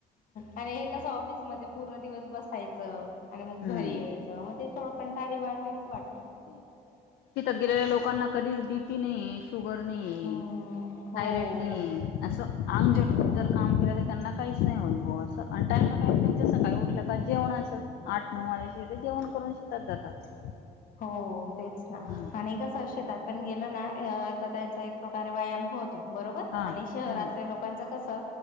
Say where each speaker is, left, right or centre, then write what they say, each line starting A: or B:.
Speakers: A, on the left (about 55°); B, on the left (about 75°).
A: आणि हे कसं ऑफिसमध्ये पूर्ण दिवस बसायचं आणि मग
B: हम्म
A: घरी यायचं म ते. तो पण साडीवाणीच वाट
B: ते तिथं गेलेल्या लोकांना कधीच बी पी नाहीये शुगर नाही
A: हम्म हो
B: थायरेट नाही असं अंग झटकून
A: हो
B: जर काम केलं तर त्यांना काहीच नाही होत भाऊ असं आणि टायमा टाइम त्यांच्या सकाळी उठल्या का जेवण असत आठ नऊ वाजल्या ते जेवण करून शेतात जातात
A: हो तेच ना
B: हम्म.
A: आणि कस शेतात पण गेलो ना तर त्यांचा एक प्रकारे व्यायाम होत बरोबर
B: हा
A: आणि शहरातल्या
B: हम्म
A: लोकांच कस